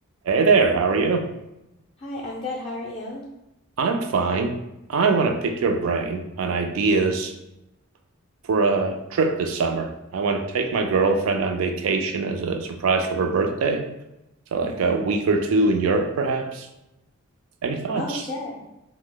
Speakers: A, on the right (about 65°); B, on the left (about 25°).
A: Hey there, how are you?
B: Hi, I'm good. How are you?
A: I'm fine. I want to pick your brain on ideas for a trip this summer. I want to take my girlfriend on vacation as a surprise for her birthday. So, like
B: Mm-hmm.
A: a week or two in Europe, perhaps. Any thoughts?
B: Oh, sure.